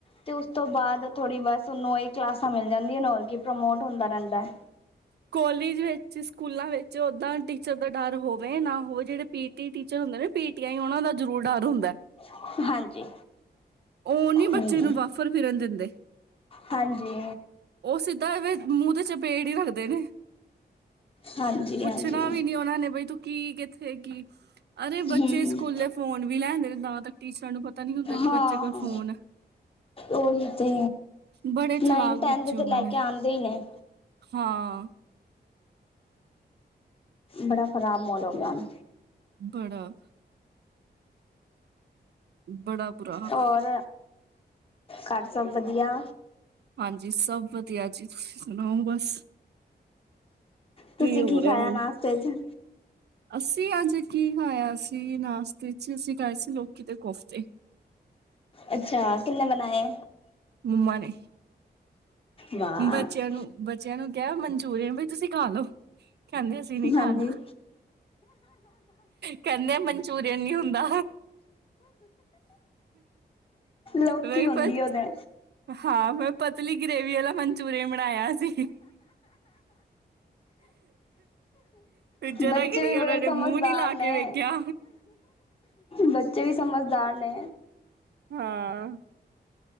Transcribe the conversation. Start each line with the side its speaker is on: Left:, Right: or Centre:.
Left: ਤੇ ਉਸ ਤੋਂ ਬਾਅਦ ਥੋੜ੍ਹੀ ਬਸ ਉਨੂੰ ਇਹ ਕਲਾਸਾਂ ਮਿਲ ਜਾਂਦੀਆਂ ਨੇ ਹੋਰ ਕੀ ਪ੍ਰਮੋਟ ਹੁੰਦਾ ਰਹਿੰਦਾ ਹੈ।
Right: ਕਾਲਜ ਵਿੱਚ ਸਕੂਲਾਂ ਵਿੱਚ ਓਦਾਂ ਟੀ ਟੀਚਰ ਦਾ ਡਰ ਹੋਵੇ ਨਾ ਹੋਵੇ, ਜਿਹੜੇ ਪੀਟੀ ਟੀਚਰ ਹੁੰਦੇ ਨੇ ਪੀਟੀ ਆਈ ਉਹਨਾਂ ਦਾ ਜਰੂਰ ਡਰ ਹੁੰਦਾ
Left: ਹੈ ਹਾਂਜੀ
Right: ਉਹ ਨੀ ਬੱਚੇ
Left: ਹਮ
Right: ਨੂੰ ਬਾਫਰ ਫਿਰਨ ਦਿੰਦੇ।
Left: ਹਾਂਜੀ।
Right: ਉਹ ਸਿੱਧਾ ਮੂੰਹ ਤੇ ਚਪੇੜ ਹੀ ਰੱਖਦੇ ਨੇ।
Left: ਹਾਂਜੀ
Right: ਪੁੱਛਣਾ
Left: ਹਾਂਜੀ
Right: ਵੀ ਨੀ ਉਹਨਾ ਨੇ ਬਈ ਤੂੰ ਕੀ <unintelligible> ਬੱਚੇ
Left: ਹੂੰ ਹੂੰ
Right: ਸਕੂਲੇ ਫੋਨ ਵੀ ਲੈਂਦੇ ਨੇ ਤਾਂ ਤੱਕ ਟੀਚਰਾਂ ਨੂੰ ਪਤਾ ਨੀ ਹੁੰਦਾ ਕਿ
Left: ਹਾਂ
Right: ਬੱਚੇ ਕੋਲ ਫੋਨ ਐ।
Left: ਉਹੀ ਤੇ
Right: ਬੜੇ
Left: ਨਾਈਨ
Right: ਚਲਾਕ ਬੱਚੇ
Left: ਟੇ ਤੇ
Right: ਹੋ
Left: ਲੈ
Right: ਗਏ ਨੇ
Left: ਕੇ ਆਦੇ ਹੀ ਨੇ।
Right: ਹਾਂ।
Left: ਬੜਾ ਖਰਾਬ ਮਾਹੌਲ ਹੋ ਗਿਆ ਹੁਣ।
Right: ਬੜਾ ਬੜਾ ਬੁਰਾ
Left: ਹੋਰ
Right: ਹਾਲ ਹੈ।
Left: ਘਰ ਸਭ ਵਧੀਆ
Right: ਹਾਂਜੀ, ਸਭ ਵਧੀਆ ਜੀ ਤੁਸੀਂ ਸੁਣਾਓ ਬਸ
Left: ਤੁਸੀਂ
Right: ਹੋ
Left: ਕੀ
Right: ਰਿਹਾ
Left: ਖਾਇਆ
Right: ਹੁਣ
Left: ਨਾਸ਼ਤੇ ਚ
Right: ਅਸੀਂ ਅੱਜ ਕੀ ਖਾਇਆ ਸੀ ਨਾਸਤੇ ਚ ਅਸੀਂ ਖਾਏ ਸੀ ਲੋਕੀ ਦੇ ਕੋਫਤੇ
Left: ਅੱਛਾ ਕਿੰਨੇ ਬਣਾਇਆ।
Right: ਮੰਮਾ ਨੇ।
Left: ਵਾਹ
Right: ਬੱਚਿਆਂ ਨੂੰ ਬ ਬੱਚਿਆਂ ਨੂੰ ਕਿਹਾ ਮਨਚੂਰੀਅਨ ਵੀ ਤੁਸੀਂ ਖਾਲੋ। ਕਹਿੰਦੇ ਅਸੀਂ ਨੀ ਖਾਣਾ
Left: ਹਾਂਜੀ
Right: ਕਹਿੰਦੇ ਆ ਮਨਚੂਰੀਅਨ ਨੀ ਹੁੰਦਾ।
Left: ਲੋਕੀ
Right: ਮੈਂ <unintelligible>
Left: ਹੁੰਦੀ ਉਹਦੇ
Right: ਹਾਂ ਮੈਂ ਪਤਲੀ ਗਰੇਵੀ ਆਲਾ ਮਨਚੂਰੀਅਨ ਬਣਾਇਆ ਸੀ, ਜਰਾ
Left: ਬੱਚੇ
Right: ਕੁ
Left: ਵੀ
Right: ਉਹਨਾਂ
Left: ਬੜੇ
Right: ਨੇ
Left: ਸਮਝਦਾਰ
Right: ਮੂੰਹ ਨਹੀਂ ਲਾ
Left: ਨੇ
Right: ਕੇ ਵੇਖਿਆ।
Left: ਬੱਚੇ ਵੀ ਸਮਝਦਾਰ ਨੇ
Right: ਹਾਂ